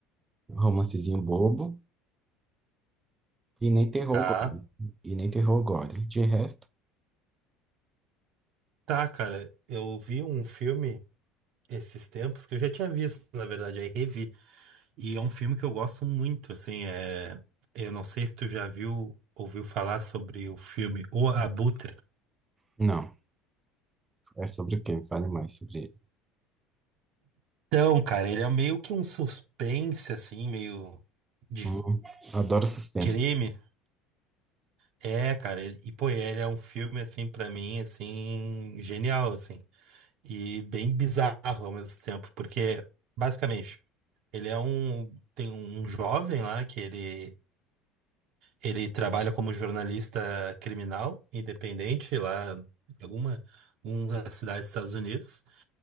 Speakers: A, on the right (about 20°); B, on the right (about 55°).
A: romancezinho bobo, e nem terror
B: Tá,
A: gore. E nem terror gore. De resto,
B: tá, cara. Eu vi um filme esses tempos que eu já tinha visto, na verdade, aí revi. E é um filme que eu gosto muito, assim, é... Eu não sei se tu já viu, ouviu falar sobre o filme O Abutre.
A: não. É sobre o quê? Me fale mais sobre ele.
B: Então, cara, ele é meio que um suspense, assim, meio de
A: Hum, adoro suspense.
B: crime. É, cara, ele- e pô, ele é um filme, assim, pra mim, assim, genial, assim. E bem bizarro ao mesmo tempo, porque, basicamente, ele é um... Tem um jovem lá que ele Ele trabalha como jornalista criminal independente lá em alguma uma cidade dos Estados Unidos.